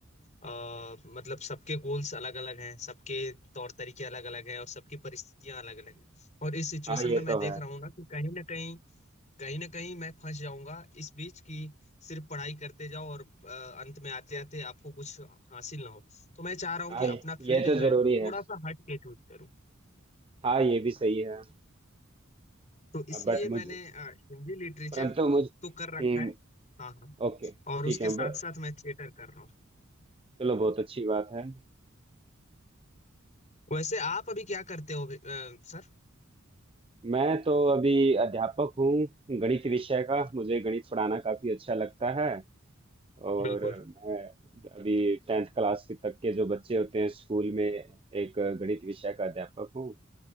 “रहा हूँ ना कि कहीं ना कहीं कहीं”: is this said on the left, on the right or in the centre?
Left